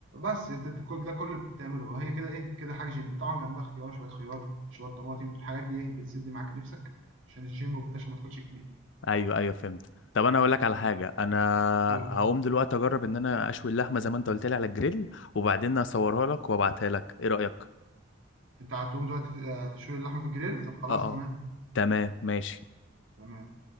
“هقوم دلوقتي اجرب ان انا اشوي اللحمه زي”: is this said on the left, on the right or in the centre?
Left